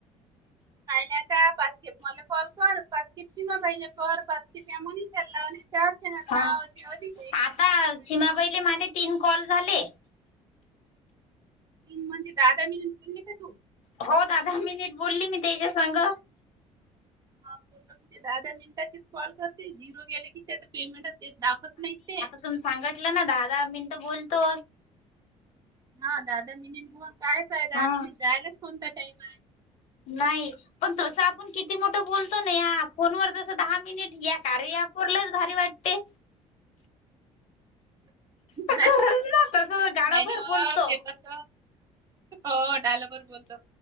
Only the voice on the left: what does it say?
हा
आता सीमाबाईले माझे तीन कॉल झाले
हो दा दहा दहा मिनिट बोलली मी त्याच्या संग
तुम सांगटलं ना दहा दहा मिनटं बोलतो
हा
नाही पण तसं आपण किती मोठं बोलतो ना या फोन वर जसं दहा मिनिट या कार्य अँप वर लईच भारी वाटतय. खरंच
ना तस गाडोभर
बोलतो